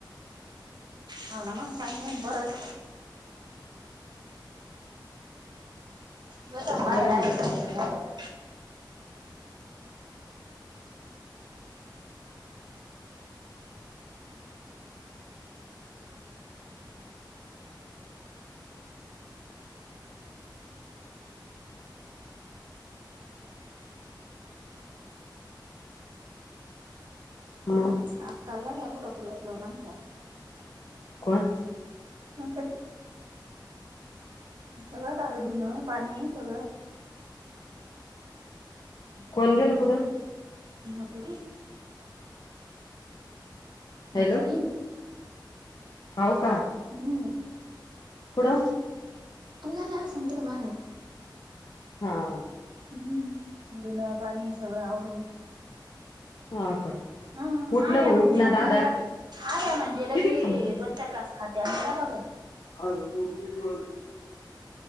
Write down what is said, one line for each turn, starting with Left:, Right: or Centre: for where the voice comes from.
Right: हाव ना मग, पाणी नाईना परत. बस झालं बाहेर
Left: बरं आहे
Right: आली
Left: ना
Right: <unintelligible>
Left: मग
Right: आक्का गेल्या कुडं <unintelligible> आमच्या.
Left: कोण?
Right: मग ते सगळं झालं धुन, पाणी सगळं?
Left: कोण गेलं कुठं?
Right: म्हातारी.
Left: हॅलो
Right: म्हतारी.
Left: हाव का?
Right: हम्म,
Left: कुठं
Right: तू गेला असन कुड बाहेर.
Left: हा.
Right: हम्म धून पाणी सगळं आवरून.
Left: हा का?
Right: हंम
Left: उठ
Right: आल्या
Left: ना भाऊ
Right: म्हणजे
Left: उठ ना
Right: मग
Left: दादा
Right: लगी ड, आल्या म्हणजे लगी
Left: किती थांबा तू
Right: दोन चार घास खात्यात त्या बगल.
Left: <unintelligible>